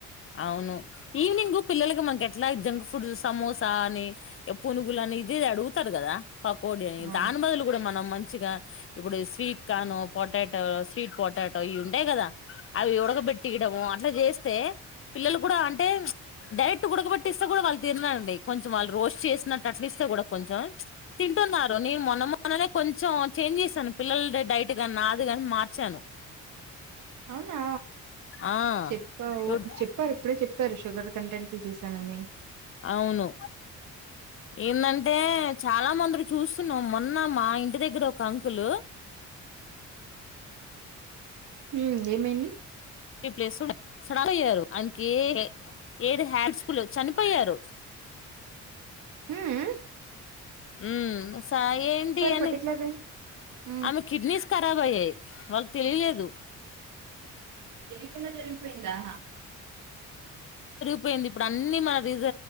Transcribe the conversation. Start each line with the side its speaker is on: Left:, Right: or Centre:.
Left: అవును ఈవినింగ్ పిల్లలకి మనక్ ఎట్లా జంక్ ఫుడ్ సమోసా అని పునుగులన్ ఇది అడుగుతారు గదా పకోడి అని
Right: అవును
Left: దాని బదులు గూడా మనం మన్ చ్చిగా ఇప్పుడు స్వీట్ కాను పొటాటో స్వీట్ పొటాటో ఇవి ఉండాయి గదా అవి ఉడ్క పెట్టియడము అట్లా చేస్తే పిల్లలు గూడా అంటే డైరెక్ట్ ఉడకబట్టిస్తే గూడా వాళ్ళు తినరండి. కొంచెం వాళ్ళు రోస్ట్ చేసినట్టు అట్ల ఇస్తే కొంచెం తింటున్నారు. నేను మొన్న మొన్ననే కొంచెం చేంజ్ చేసాను. పిల్లల్ ది డైట్ గన్నా నాది గాని మార్చాను
Right: అవునా
Left: ఆ
Right: చెప్పావు
Left: చూడు
Right: చెప్పారు ఇప్పుడే చెప్పారు షుగర్ కంటెంట్ తీసేసానని
Left: అవును ఏందంటే చాలా మంది చూస్తున్నాం మొన్న మా ఇంటి దగ్గర ఒక అంకులు
Right: ఉమ్ ఏమైంది
Left: కి ప్లస్ ఉండే చనిపోయారు. ఆయనకి ఏది హ్యాబిట్స్ కూడ లేవు చనిపోయారు.
Right: హు ఉ
Left: ఉమ్ సా ఏంటి అని
Right: పర్టికులర్ రీజన్ ఉమ్
Left: ఆమె కిడ్నీస్ కారబ్ అయ్యాయి వా తెలిలేదు
Right: తెలీకుండా జరిగిపోయిందా
Left: యింది ఇప్పుడు అన్ని మ రీజ